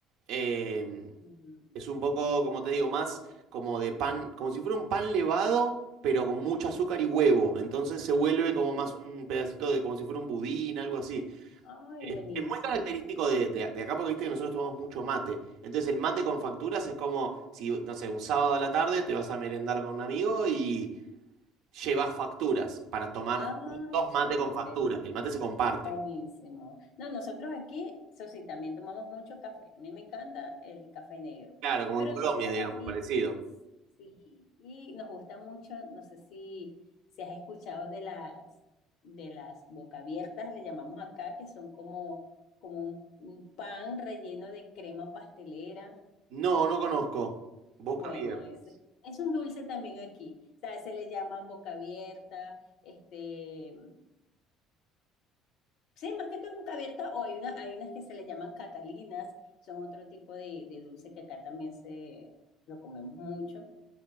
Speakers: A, on the right; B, on the left.
A: Em,
B: Mm.
A: es un poco, como te digo, más como de pan, como si fuera un pan levado, pero con mucho azúcar y huevo. Entonces se vuelve como más un pedacito de, como si fuera un budín, algo así.
B: Ay,
A: Es,
B: buenísimo.
A: es muy característico de, de- de acá porque viste que nosotros tomamos mucho mate. Entonces el mate con facturas es como si, no sé, un sábado a la tarde te vas a merendar con un amigo y llevas facturas para tomar
B: Ah,
A: juntos
B: chévere.
A: mate con facturas, que el mate se comparte.
B: Buenísimo. No, nosotros aquí, eso sí, también tomamos mucho café. A mí me encanta el café negro.
A: Claro, como
B: Pero
A: en Colombia,
B: nosotros
A: digamos,
B: aquí,
A: parecido.
B: sí, y nos gusta mucho, no sé si, si has escuchado de las, de las boca abiertas, le llamamos acá, que son como, como un, un pan relleno de crema pastelera.
A: No, no conozco. Boca
B: Bueno,
A: abierta.
B: es, es un dulce también aquí. O sea, se le llaman boca abierta, este. Sí, más que todo es boca abierta, o hay una, hay unas que se le llaman catalinas, son otro tipo de, de dulce que acá también se lo comemos mucho,